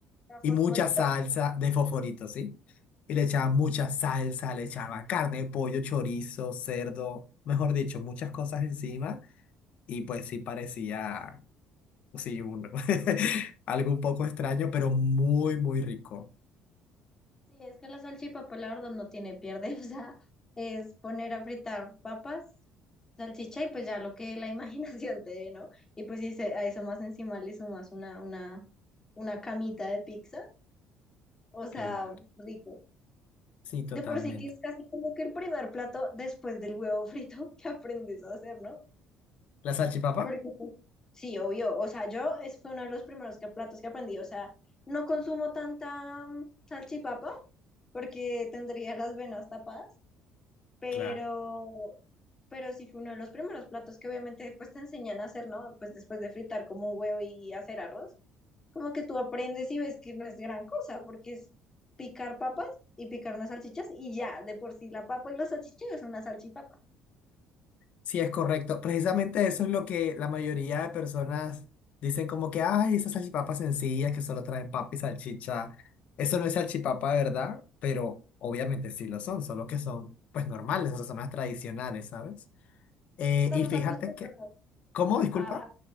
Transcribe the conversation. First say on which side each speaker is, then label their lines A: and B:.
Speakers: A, on the left (about 25°); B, on the left (about 60°).
A: ¿Era fosforito?
B: y mucha salsa de fosforito, ¿sí? Y le echaban mucha salsa, le echaban carne, pollo, chorizo, cerdo, mejor dicho, muchas cosas encima. Y pues sí parecía, sí, un- <laughs> algo un poco extraño, pero muy, muy rico.
A: Sí, es que la salchipapa, la verdad, no tiene pierde. <laughs> O sea, es poner a fritar papas, salchicha y pues ya lo que la <laughs> imaginación te dé, ¿no? Y pues si se- a eso más encima le sumas una, una, una camita de pizza, o sea,
B: Claro,
A: rico.
B: sí, totalmente.
A: De por sí que es casi como que el primer plato después del huevo frito <laughs> que aprendes a hacer, ¿no?
B: ¿La salchipapa?
A: Porque pues, sí, obvio. O sea, yo es fue uno de los primeros que, platos que aprendí. O sea, no consumo tanta mm, salchipapa porque tendría las venas tapadas. pero,
B: Claro.
A: pero sí fue uno de los primeros platos que obviamente después te enseñan a hacer, ¿no? Pues después de fritar como un huevo y hacer arroz, como que tú aprendes y ves que no es gran cosa, porque es picar papas y picar unas salchichas y ya, de por sí la papa y los salchichas es una salchipapa.
B: Sí, es correcto. Precisamente eso es lo que la mayoría de personas dicen como que, ay, esas salchipapas sencillas que solo traen papa y salchicha. Eso no es salchipapa, de ¿verdad? Pero obviamente sí lo son, solo que son pues normales, o sea, son las tradicionales, ¿sabes? Eh,
A: Entonces estamos
B: y fíjate
A: acostumbrados
B: que, ¿cómo? Disculpa.
A: a, a-